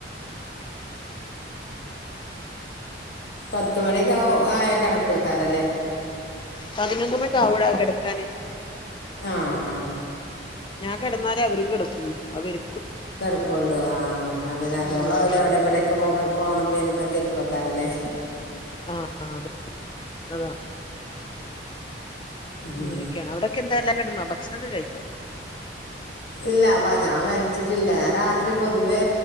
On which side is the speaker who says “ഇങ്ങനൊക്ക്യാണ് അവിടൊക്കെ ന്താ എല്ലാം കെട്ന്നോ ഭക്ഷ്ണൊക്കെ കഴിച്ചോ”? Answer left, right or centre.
Left